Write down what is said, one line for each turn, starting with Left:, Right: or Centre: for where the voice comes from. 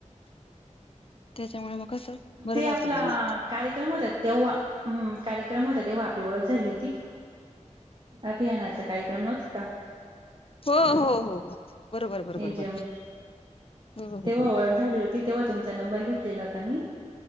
Left: त्याच्यामुळे मग कसं बरं
Right: ते
Left: राहतं
Right: आपला
Left: बुवा मग
Right: कार्यक्रम होता तेव्हा, हम्म कार्यक्रम होता तेव्हा आपली ओळख झाली होती. अभियानाचा कार्यक्रम नव्हता का?
Left: हो हो हो हो, बरोबर बरोबर
Right: एजम
Left: बरोबर. हो हो
Right: तेव्हा ओळख झाली होती तेव्हा तुमचा नंबर घेतलेला हो ता मी